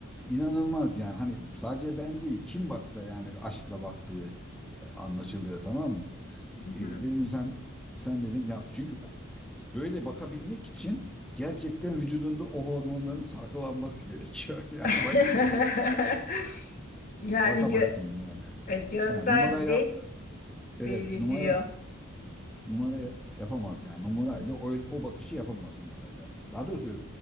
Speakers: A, in the centre; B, on the left (about 45°).
A: inanılmaz yani. Hani sadece ben değil kim baksa yani aşkla baktığı e, anlaşılıyor tamam mı?
B: Mhm.
A: E, dedim sen sen dedim ya çünkü öyle bakabilmek için gerçekten vücudunda o hormonların salgılanması gerekiyor. <laughs> Yani
B: <laughs>
A: başka türlü
B: Yani
A: bakamazsın
B: gö-
A: yani.
B: e, gözler
A: Ha, numara
B: bile
A: yap. Evet,
B: belli
A: numara
B: diyor.
A: numara ya- yapamaz yani. Numarayla o, o bakışı yapamaz numarayla. Daha doğrusu